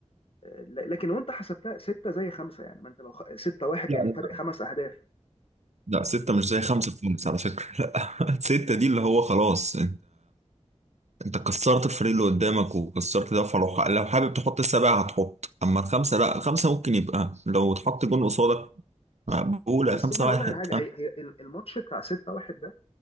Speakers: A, on the left; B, on the right.
A: آه، ل- لكن لو أنت حسبتها 6 زي 5 يعني ما أنت لو 6-1
B: لا
A: يعني
B: لا
A: فرق خمس أهداف
B: لا، ستة مش زي خمسة في خالص على فكرة لا <laughs> ستة دي اللي هو خلاص انت كسرت الفريق اللي قدامك وكسرت ده فلو لو حابب تحط السبعة هتحط اما الخمسة لا خمسة ممكن يبقى لو اتحط جون قصادك مقبولة
A: بس
B: خمسة
A: انا
B: واحد
A: هقول لك على حاجه
B: خمسة
A: هي هي الماتش بتاع 6-1 ده